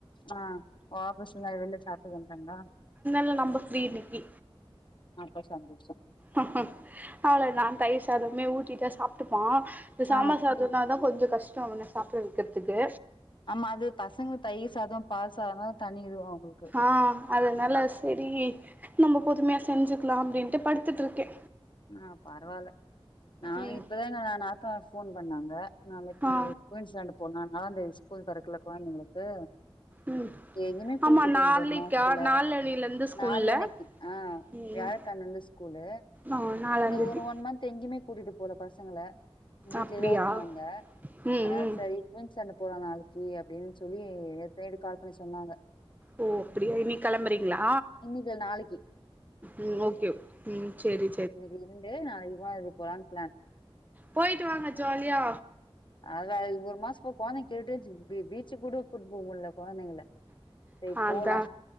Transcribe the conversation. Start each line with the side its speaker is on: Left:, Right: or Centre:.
Left: ஆ ஆஃபிஸ்ந்தா வெள்ல சாப்ட்டுக்கன்ட்டாங்க
Right: ல்ல நம்ப ஃப்ரீ இன்னிக்கி
Left: அப்ப சந்தோஷம்
Right: அ அ அவ்ள நா தயிர் சாதமே ஊட்டிட்டா சாப்ட்டுக்குவா இந்த சாம்பார்
Left: ஆ
Right: சா இதுனாதா கொஞ்ச கஷ்டோ அவன சாப்ட வெக்கிறதுக்கு
Left: ஆமா அது பசங்களுக் தயிர் சாதோ பால் சாதோ தண்ணிவிடுவ உங்களுக்
Right: ஆ அதுனால செரி நம்ம பொதுமையா செஞ்சுக்கலா அப்படின்ட்டு படுத்துட்ருக்கே
Left: ஆ பரவால்ல நா
Right: ம்
Left: இப்பதா எங்க நாத்தனார் ஃபோன் பண்ணாங்க நாளைக்கி
Right: ஆ
Left: குயின்சிலாண்ட்டு போல்லா நாலா தேதி ஸ்கூல் தொறக்கல கொழந்தைங்களுக்கு
Right: ம்
Left: எங்கிமே கூட்டு
Right: ஆமா
Left: போந்தரு
Right: நாளைக்கா
Left: மா ஆஸ்டல்ல
Right: நாளனைலருந்து ஸ்கூல்ல
Left: நாலனைக்கி ஆ
Right: ம்
Left: வியாழக்கழமந்து ஸ்கூலு
Right: ஆ நாலாந்தேதி
Left: இந்த ஒரு ஒன் மந்த் எங்கேயுமே கூட்டிட்டு போல பசங்கள வீட்லயேதா
Right: அப்டியா
Left: இருந்தாங்க
Right: ம்
Left: அதா
Right: ம்
Left: சரி குயின் சண்ட போலா நாளைக்கி அப்டின் சொல்லி எத்தனையடி கால் பண்ணி சொன்னாங்க
Right: ஓ அப்படியா இன்னைக் கிளம்பறீங்களா
Left: இன்னைக்கு இல்ல நாளைக்கு
Right: ம் ஓகே ம் செரி
Left: இன்னைக்கு இருண்டு நாளைக் போலா இதுக் போலான் பிளான்
Right: போயிட்டு வாங்க ஜாலியா
Left: ஆதா ஒரு மாச போ கொழந்தைங் கேட்டேச்சு பீச்சு கூட கூட் போவுல்ல கொழந்தைங்கல சரி
Right: அதா
Left: போலா